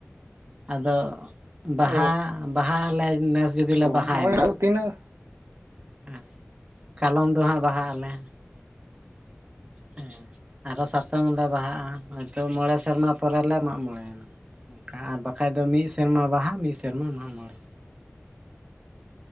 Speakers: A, on the right; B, on the right.
A: ᱟᱫᱚ ᱵᱟᱦᱟ
B: ᱚ
A: ᱵᱟᱦᱟ ᱟᱞᱮ ᱱᱮᱥ ᱡᱩᱫᱤ ᱞᱮ
B: ᱦᱚᱸᱜᱼᱚᱭ
A: ᱵᱟᱦᱟᱭᱱᱟ
B: ᱟᱫᱚ ᱛᱤᱱᱟᱹᱜ
A: ᱦᱮᱸ ᱠᱟᱞᱚᱢ ᱫᱚ ᱦᱟᱸᱜ ᱵᱟᱦᱟᱜ ᱟᱞᱮ᱾ ᱦᱮᱸ ᱟᱨᱚ ᱥᱟᱛᱚᱢ ᱞᱮ ᱵᱟᱦᱟᱜᱼᱟ ᱦᱚᱭᱛᱳ ᱢᱚᱬᱮ ᱥᱮᱨᱢᱟ ᱯᱚᱨᱮᱞᱮ ᱢᱟᱜ ᱢᱚᱬᱮ ᱱᱟ᱾ ᱚᱱᱠᱟ ᱟᱨ ᱵᱟᱠᱷᱟᱡ ᱫᱚ ᱢᱤᱫ ᱥᱮᱨᱢᱟ ᱵᱟᱦᱟ ᱢᱤᱫ ᱥᱮᱨᱢᱟ ᱢᱟᱜ ᱢᱚᱸᱬᱮ᱾